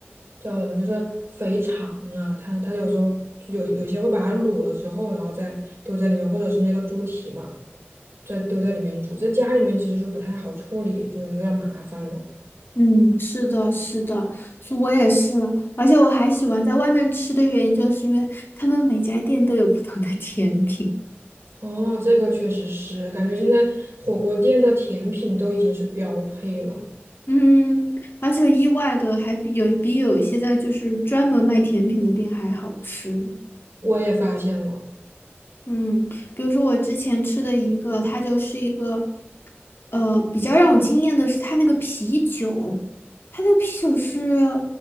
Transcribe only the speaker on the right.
叫什么，就是肥肠啊，它它有时候就有有些会把它卤了之后，然后再丢在里面，或者是那个猪蹄嘛，再丢在里面煮。在家里面其实就不太好处理，就是有点儿麻烦了。
哦，这个确实是，感觉现在火锅店的甜品都已经是标配了，
我也发现了。